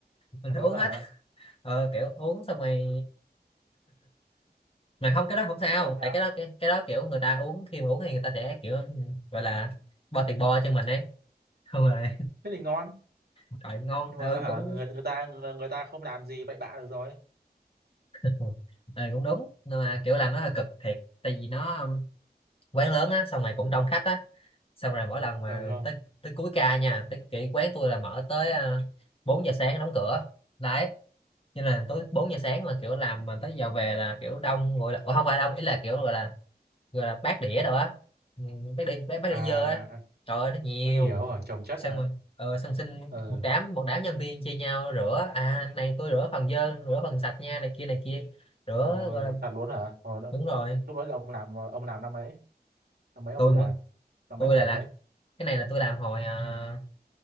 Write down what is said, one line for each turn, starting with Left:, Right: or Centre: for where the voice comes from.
Left: mình
Right: thật
Left: phải
Right: luôn
Left: uống
Right: đó
Left: hết
Right: hả?
Left: ờ, kiểu uống xong rồi mà không cái đó không sao
Right: Xong rồi sao?
Left: tại cái đó cái, cái đó kiểu người ta uống khi mà uống thì người ta sẽ kiểu gọi là bo tiền bo cho mình ấy không rồi
Right: Thế thì ngon,
Left: <laughs> trời ngon
Right: nhưng
Left: ừ
Right: mà hả
Left: cũng
Right: người người ta người, người ta không làm gì bậy bạ được rồi.
Left: <laughs> ừ, cũng đúng nhưng mà
Right: Ừ,
Left: kiểu làm nó hơi cực thiệt tại vì nó um, quán lớn á xong rồi cũng đông khách á xong rồi mỗi lần mà
Right: ừ không?
Left: tới tới cuối ca nha tới cái quán tôi là mở tới à, 4 giờ sáng đóng cửa đấy cho nên là tới 4 giờ sáng mà kiểu làm mà tới giờ về là kiểu đông gọi là Ủa, không phải đông ý là kiểu gọi là gọi là bát đĩa rồi á Ừ, bát đĩa bát, bát
Right: À
Left: đĩa dơ á trời ơi nó nhiều
Right: nó nhiều hả? Trồng chất
Left: xong
Right: hả?
Left: rồi ờ, xong xin
Right: Ừ,
Left: một đám một đám nhân viên chia nhau rửa à này tôi rửa phần dơ rửa phần sạch nha này kia này kia rửa
Right: thôi
Left: gọi là
Right: thật luôn hả? Hồi đó
Left: đúng rồi
Right: lúc đó là ông làm ông làm năm mấy? Năm mấy ông
Left: tôi
Right: đi làm?
Left: mà
Right: Năm
Left: tôi
Right: mấy ông làm
Left: là làm
Right: cái đấy?
Left: cái này là tôi làm hồi à,